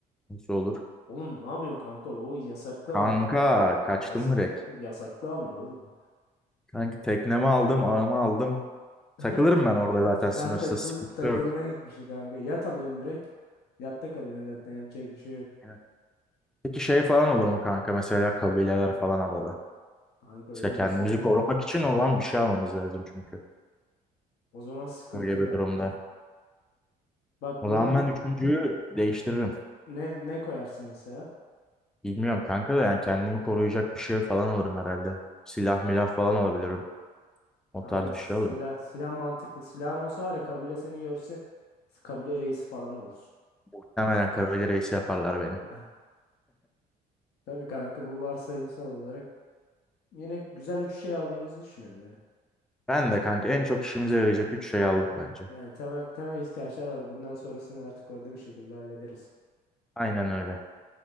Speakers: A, in the centre; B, on the left (about 70°).
A: nasıl olur?
B: Oğlum ne yapıyorsun kanka? O yasaklı
A: Kanka
B: hamle.
A: kaçtım
B: Yasak
A: direkt.
B: yasaklı hamle oğlum. o.
A: Kanka teknemi aldım, ağımı aldım.
B: <laughs>
A: Takılırım ben orada zaten
B: Sen
A: sınırsız
B: takıl
A: sıkıntı
B: takılmaya
A: yok.
B: gitmişsin kanka. Yat alıyorsun direkt. Yatta kalıyorsun zaten yapacak bir şey yok.
A: Evet. Peki şey falan olur mu kanka? Mesela kabileler falan adada.
B: Kanka öyle
A: Mesela kendimizi
B: olsa var ya.
A: korumak için olan bir şey almamız lazım çünkü.
B: O zaman sıkıntı
A: Öyle bir
B: kanka.
A: durumda.
B: Bak
A: O
B: bunu
A: zaman
B: bir,
A: ben üçüncüyü değiştiririm.
B: ne ne koyarsın mesela?
A: Bilmiyorum kanka da yani kendimi koruyacak bir şey falan alırım herhalde. Silah milah falan alabilirim. O
B: Aynen
A: tarz
B: silah
A: bir şey alırım.
B: silah mantıklı. Silahın olsa var ya kabile seni görse kabile reisi falan olursun.
A: Muhtemelen kavali reisi yaparlar beni.
B: <laughs> Tabii kanka bu varsayımsal olarak yine güzel üç şey aldığımızı düşünüyorum ya.
A: Ben de kanka en çok işimize yarayacak 3 şey aldık bence.
B: Yani temel, temel ihtiyaçlar var. Bundan sonrasını artık orada bir şekilde hallederiz.
A: Aynen öyle.